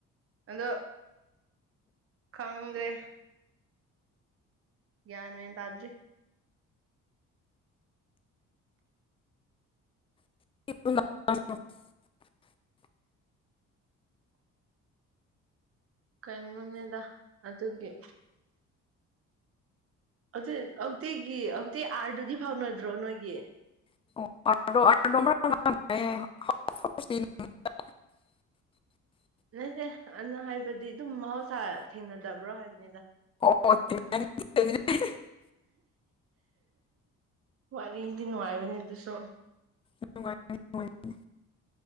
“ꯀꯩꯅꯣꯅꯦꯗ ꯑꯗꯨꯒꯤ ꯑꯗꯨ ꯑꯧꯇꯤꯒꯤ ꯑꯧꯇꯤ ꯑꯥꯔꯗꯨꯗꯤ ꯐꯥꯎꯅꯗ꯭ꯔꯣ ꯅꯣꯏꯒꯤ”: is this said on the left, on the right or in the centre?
Right